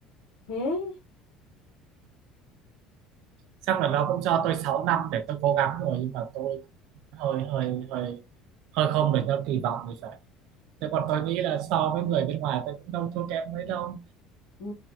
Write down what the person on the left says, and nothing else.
thế
Ừ.
ừ.